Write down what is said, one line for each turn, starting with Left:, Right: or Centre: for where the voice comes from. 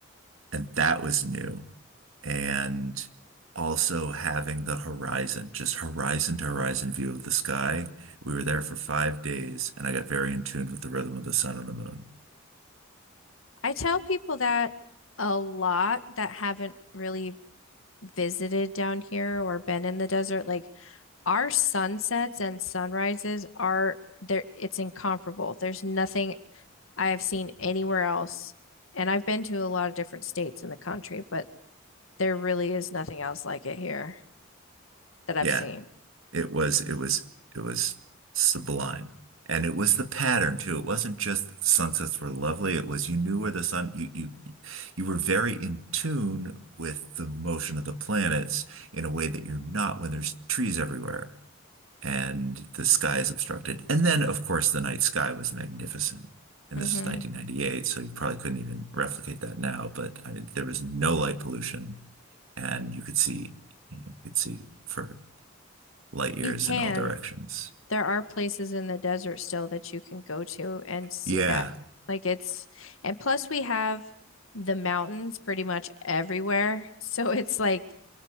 Right: and that was new. And also having the horizon, just horizon to horizon view of the sky. We were there for five days, and I got very in tune with the rhythm of the sun and the moon.
Left: <laughs> I tell people that a lot that haven't really visited down here or been in the desert. Like, our sunsets and sunrises are there, it's incomparable. There's nothing I have seen anywhere else. And I've been to a lot of different states in the country, but there really is nothing else like it here that I've
Right: Yeah.
Left: seen.
Right: It was it was it was sublime. And it was the pattern too. It wasn't just the sunsets were lovely. It was you knew where the sun you you you were very in tune with the motion of the planets in a way that you're not when there's trees everywhere and the sky is obstructed. And then of course the night sky was magnificent. And
Left: hmm
Right: this was 1998, so you probably couldn't even replicate that now, but I mean, there was no light pollution and you could see you know, you could see for light years
Left: You can.
Right: in all directions.
Left: There are places in the desert still that you can go to and see
Right: Yeah,
Left: that. Like it's, and plus we have the mountains pretty much everywhere. <laughs> So it's like